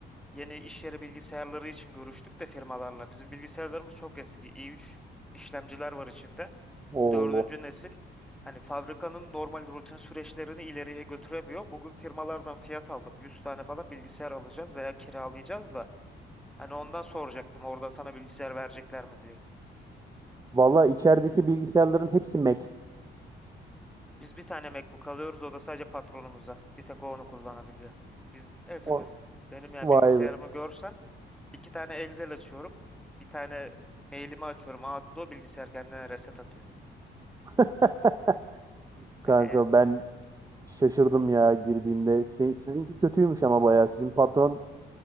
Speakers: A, in the centre; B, on the right (about 15°).
A: yeni iş yeri bilgisayarları için görüştük de firmalarla. Bizim bilgisayarlarımız çok eski. i3 işlemciler var içinde.
B: Oo.
A: Dördüncü nesil. Hani fabrikanın normal rutin süreçlerini ileriye götüremiyor. Bugün firmalardan fiyat aldım. 100 tane falan bilgisayar alacağız veya kiralayacağız da. Hani ondan soracaktım orada sana bilgisayar verecekler mi diye.
B: Valla içerideki bilgisayarların hepsi Mac.
A: Biz bir tane MacBook alıyoruz o da sadece patronumuza. Bir tek o onu kullanabiliyor. Biz hepimiz
B: O,
A: benim ya
B: vay
A: bilgisayarımı
B: be.
A: görsen İki tane Excel açıyorum. Bir tane mailimi açıyorum. Outlook bilgisayar kendine reset atıyor.
B: <laughs>
A: Hani
B: Kanka
A: en-
B: ben şaşırdım ya girdiğimde. Si- sizinki kötüymüş ama bayağı. Sizin patron